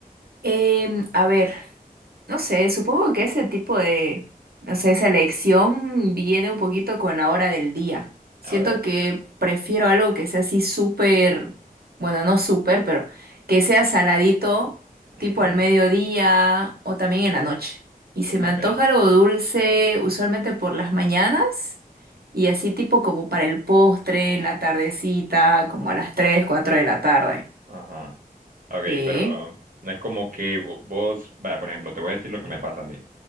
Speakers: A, on the right; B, on the right.
A: Em, a ver, no sé, supongo que ese tipo de, no sé, selección viene un poquito con la hora del día. Siento
B: A ver.
A: que prefiero algo que sea así súper, bueno, no súper, pero que sea saladito,
B: Ujú,
A: tipo al mediodía o también en la noche. Y se
B: Ok.
A: me antoja algo dulce, usualmente por las mañanas, y así tipo como para el postre, en la tardecita, como a las 3, 4 de la tarde.
B: Ajá. Ok,
A: Sí.
B: pero no es como que vo- vos, va, por ejemplo, te voy a decir lo que me pasa a mí.